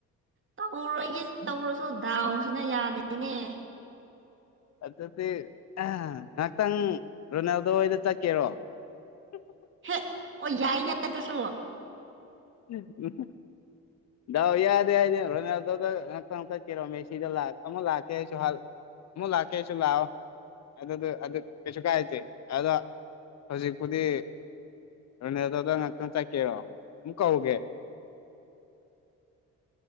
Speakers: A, on the right; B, on the left.
A: ꯇꯧꯔꯒꯤ ꯇꯧꯔꯁꯨ ꯗꯥꯎꯁꯤꯅ ꯌꯥꯗꯦꯅꯦ
B: ꯑꯗꯨꯗꯤ ꯉꯍꯥꯛꯇꯪ ꯔꯣꯅꯥꯜꯗꯣ ꯍꯣꯏꯗ ꯆꯠꯀꯦꯔꯣ <unintelligible>
A: ꯍꯦ ꯑꯣ ꯌꯥꯏꯅꯦ ꯑꯗꯨꯁꯨ
B: ꯎ ꯗꯥꯎ ꯌꯥꯗꯦ ꯍꯥꯏꯗꯤ ꯔꯣꯅꯥꯜꯗꯣ ꯗ ꯉꯛꯇ ꯆꯠꯀꯦꯔꯣ ꯃꯦꯁꯤꯗ ꯂꯥꯛ ꯑꯃ ꯂꯥꯛꯀꯦ ꯍꯥꯏꯁꯨ ꯍ ꯃꯨꯂ ꯀꯦꯁꯨꯂ ꯑ ꯑꯗꯨ ꯑꯗꯨ ꯀꯦꯁꯨ ꯀꯥꯏꯇꯦ ꯑꯗ ꯍꯧꯖꯤꯛꯄꯨꯗꯤ ꯔꯣꯅꯦꯜꯗꯣꯗ ꯉꯥꯛꯇꯪ ꯆꯠꯀꯦꯔꯣ ꯑꯃꯨꯛ ꯀꯧꯒꯦ